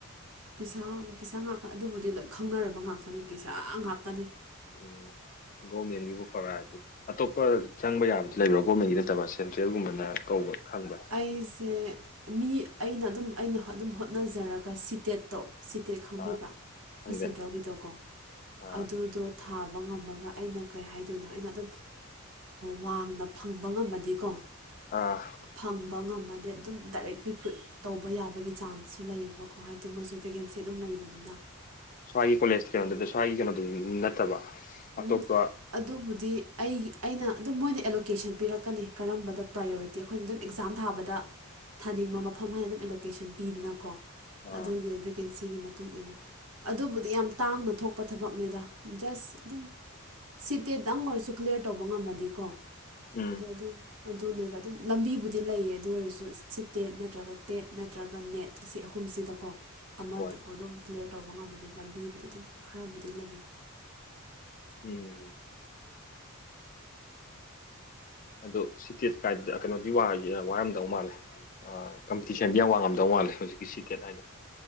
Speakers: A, on the right (about 80°); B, on the left (about 35°).
A: ꯄꯁꯥ ꯄꯁꯥ ꯉꯥꯛꯇ ꯑꯗꯨꯕꯨꯗꯤ ꯂꯣꯏ ꯈꯪꯅꯔꯕ ꯉꯥꯛꯇꯅꯦ ꯄꯩꯁꯥ ꯉꯥꯛꯇꯅꯤ
B: ꯎꯝ ꯒꯣꯔꯃꯦꯟꯒꯤꯕꯨ ꯐꯔꯛꯑꯗꯤ ꯑꯇꯣꯞꯄ ꯆꯪꯕ ꯌꯥꯕꯗꯤ ꯂꯩꯕ꯭ꯔꯥ ꯒꯣꯔꯃꯦꯟꯒꯤ ꯅꯠꯇꯕ ꯁꯦꯟꯇ꯭ꯔꯦꯜꯒꯨꯝꯕꯅ ꯀꯧꯕ ꯈꯪꯕ
A: ꯑꯩꯁꯦ ꯃꯤ ꯑꯩꯅ ꯑꯗꯨꯝ ꯑꯩꯅ ꯑꯗꯨꯝ ꯍꯣꯠꯅꯖꯔꯒ ꯁꯤꯇꯦꯠꯇꯣ ꯁꯤꯇꯦꯠ ꯈꯪꯕꯤꯕ꯭ꯔꯥ
B: ꯑꯥ
A: ꯑꯩꯣꯏ
B: ꯈꯪꯗꯦ
A: ꯁꯦꯟꯇ꯭ꯔꯦꯜꯒꯤꯗꯣꯀꯣ
B: ꯑꯥ
A: ꯑꯗꯨꯗꯣ ꯊꯥꯕ ꯉꯝꯃꯒ ꯑꯩꯅ ꯀꯩ ꯍꯥꯏꯗꯣꯏꯅꯣ ꯑꯩꯅ ꯑꯗꯨꯝ ꯋꯥꯡꯅ ꯐꯪꯕ ꯉꯝꯃꯗꯤꯀꯣ
B: ꯑꯥ
A: ꯐꯪꯕ ꯉꯝꯃꯗꯤ ꯑꯗꯨꯝ ꯗꯥꯏꯔꯦꯛ ꯔꯤꯀ꯭ꯔꯨꯏꯠ ꯇꯧꯕ ꯌꯥꯕꯒꯤ ꯆꯥꯟꯁꯁꯨ ꯂꯩꯌꯦꯕꯀꯣ ꯍꯥꯏꯕꯗꯤ ꯃꯣꯏꯁꯨ ꯕꯦꯀꯦꯟꯁꯤ ꯑꯗꯨꯝ ꯂꯩꯕꯅꯤꯅ
B: ꯁ꯭ꯋꯥꯏꯒꯤ ꯀꯣꯂꯦꯖꯇ ꯀꯗꯗꯤ ꯁ꯭ꯋꯥꯒꯤ ꯀꯩꯅꯣꯗꯤ ꯅꯠꯇꯕ ꯑꯇꯣꯞꯄ
A: ꯎꯝ ꯑꯗꯨꯕꯨꯗꯤ ꯑꯩꯒꯤ ꯑꯩꯅ ꯑꯗꯨꯝ ꯃꯣꯏꯅ ꯑꯦꯂꯣꯀꯦꯁꯟ ꯄꯤꯔꯛꯀꯅꯤ ꯀꯔꯝꯕꯗ ꯄ꯭ꯔꯥꯏꯌꯣꯔꯤꯇꯤ ꯤ ꯑꯩꯈꯣꯏꯅ ꯑꯗꯨꯝ ꯑꯦꯛꯖꯥꯝ ꯊꯥꯕꯗ ꯊꯥꯅꯤꯡꯕ ꯃꯐꯝ ꯍꯥꯏꯅ ꯑꯗꯨꯝ ꯑꯦꯂꯣꯀꯦꯁꯟ ꯄꯤꯗꯅꯀꯣ
B: ꯑꯥ
A: ꯑꯗꯨꯒꯤ ꯚꯦꯀꯦꯟꯁꯤꯒꯤ ꯃꯇꯨꯡ ꯃꯇꯨꯡꯏꯟꯅ ꯑꯗꯨꯕꯨꯗꯤ ꯌꯥꯝ ꯇꯥꯡꯅ ꯊꯣꯛ ꯄꯣ ꯊꯕꯛꯅꯗ ꯁ ꯑꯗꯨꯝ ꯁꯤꯠꯇꯤꯗꯪ ꯑꯣꯏꯔꯁꯨ ꯀ꯭ꯂꯤꯌꯥꯔ ꯇꯧꯕ ꯉꯝꯃꯗꯤꯀꯣ
B: ꯎꯝ
A: ꯑꯗꯣ ꯑꯗꯨꯝ ꯑꯗꯨꯅꯦꯗ ꯑꯗꯨꯝ ꯂꯝꯕꯤꯕꯨꯗꯤ ꯂꯩꯌꯦ ꯑꯗꯨ ꯑꯣꯏꯔꯁꯨ ꯁꯤꯇꯦꯠ ꯅꯠꯇ꯭ꯔꯒ ꯇꯦꯠ ꯅꯠꯇ꯭ꯔꯒ ꯅꯦꯠ ꯑꯁꯤ ꯑꯍꯨꯝꯁꯤꯗꯀꯣ ꯑꯃꯗꯕꯨ
B: ꯍꯣꯏ
A: ꯑꯗꯨꯝ ꯀ꯭ꯂꯤꯌꯥꯔ ꯇꯧꯕ ꯉꯝꯃꯗꯤ ꯂꯝꯕꯤꯕꯨꯗꯤ ꯑꯗꯨꯝ ꯈꯔꯕꯨꯗꯤ ꯂꯩꯌꯦ
B: ꯎꯝ ꯑꯗꯣ ꯁꯤꯇꯦꯠ ꯀꯥꯏ ꯀꯩꯅꯣꯗꯤ ꯋꯥꯔꯝꯗꯧ ꯃꯥꯜꯂꯦ ꯀꯝꯄꯤꯇꯤꯁꯟꯗꯤ ꯌꯥꯝ ꯋꯥꯡꯉꯝꯗꯧ ꯃꯥꯜꯂꯦ ꯍꯧꯖꯤꯛꯀꯤ ꯁꯤꯇꯦꯠ ꯍꯥꯏꯗꯣ